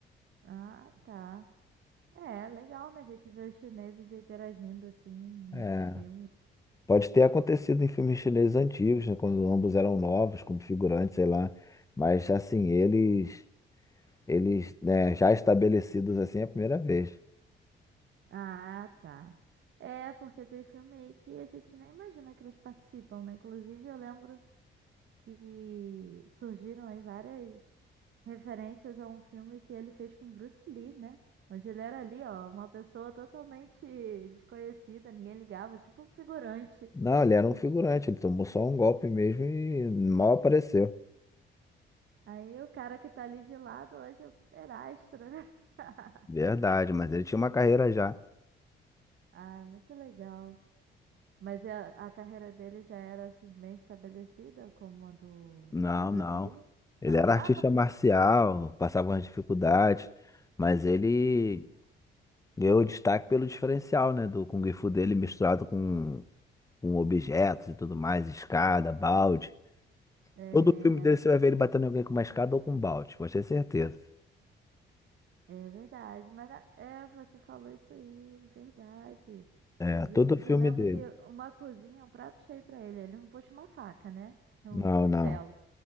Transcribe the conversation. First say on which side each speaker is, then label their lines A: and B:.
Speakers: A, on the right (about 70°); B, on the left (about 15°).
A: Ah, tá. É, legal, né? A gente vê os chineses interagindo assim nesses
B: É.
A: filmes.
B: Pode ter acontecido em filmes chineses antigos, né, quando ambos eram novos, como figurantes, sei lá. Mas assim, eles, eles, né, já estabelecidos assim é a primeira vez.
A: Ah, tá. É, porque tem filme aí que a gente nem imagina que eles participam, né? Inclusive, eu lembro que surgiram aí várias referências a um filme que ele fez com Bruce Lee, né? Onde ele era ali, ó, uma pessoa totalmente desconhecida, ninguém ligava, tipo um figurante.
B: Não, ele era um figurante, ele tomou só um golpe mesmo e mal apareceu.
A: Aí o cara que tá ali de lado hoje é super astro, né? <laughs>
B: Verdade, mas ele tinha uma carreira já.
A: Ah, muito legal. Mas é- a, a carreira dele já era assim bem estabelecida como a do,
B: Não,
A: do Bruce
B: não.
A: Lee?
B: Ele
A: Não.
B: era artista
A: Ah, porque
B: marcial, passava umas dificuldades, mas ele ganhou destaque pelo diferencial, né, do Kung Fu dele misturado com, com objetos e tudo mais, escada, balde.
A: é,
B: Todo filme dele você vai ver ele batendo em alguém com uma escada ou com um balde, pode ter certeza.
A: é verdade. Mas a- é, você falou isso aí, verdade.
B: É,
A: Gente,
B: todo filme
A: eu lembro
B: dele.
A: que uma cozinha, um prato cheio pra ele. Ele não puxa uma faca, né? É
B: Não,
A: Um cutelo,
B: não.